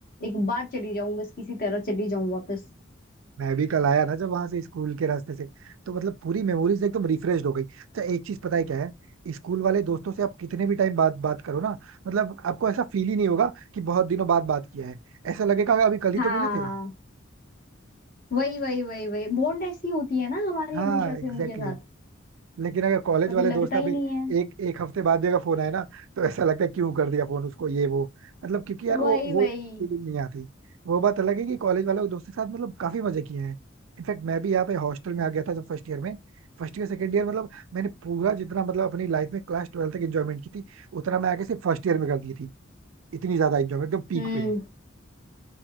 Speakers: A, on the left (about 50°); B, on the right (about 80°).
A: एक बार चली जाऊं बस किसी तरह चली जाऊं वापस
B: मैं भी कल आया ना जब वहां से स्कूल के रास्ते से तो मतलब पूरी मेमोरीज एकदम रिफ्रेश हो गई अच्छा एक चीज पता है क्या है स्कूल वाले दोस्तों से आप कितने भी टाइम बाद बात करो ना मतलब आपको ऐसा फील ही नहीं होगा कि बहुत दिनों बाद बात किया है ऐसा लगेगा कि अभी कल ही
A: हाँ
B: तो मिले थे
A: वही वही वही वही बॉन्ड ऐसी होती है ना हमारी
B: हाँ
A: हमेशा से
B: एग्जैक्टली
A: उनके साथ
B: लेकिन अगर कॉलेज
A: कभी
B: वाले
A: लगता
B: दोस्त
A: ही
B: अभी
A: नहीं है
B: एक एक हफ्ते बाद भी अगर फोन आए ना तो ऐसा लगता है क्यों कर दिया फोन उसको ये वो मतलब क्योंकि यार
A: वही
B: वो वो
A: वही
B: फीलिंग नहीं आती वो बात अलग है कि कॉलेज वालों के दोस्तों के साथ मतलब काफी मजे किए हैं इनफैक्ट मैं भी यहाँ पे हॉस्टल में आ गया था जब फर्स्ट ईयर में फर्स्ट ईयर सेकंड ईयर मतलब मैंने पूरा जितना मतलब अपनी लाइफ में क्लास ट्वेल्थ तक एंजॉयमेंट की थी उतना मैं आके सिर्फ फर्स्ट ईयर में कर दी थी इतनी ज्यादा एंजॉयमेंट एकदम पीक
A: हम्म
B: पे